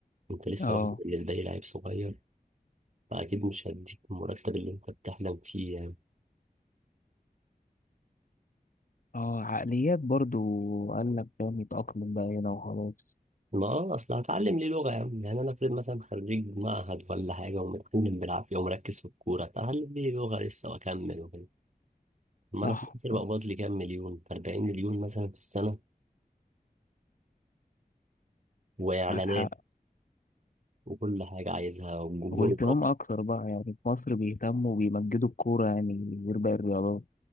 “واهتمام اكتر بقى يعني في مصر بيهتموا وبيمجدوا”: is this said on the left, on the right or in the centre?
Left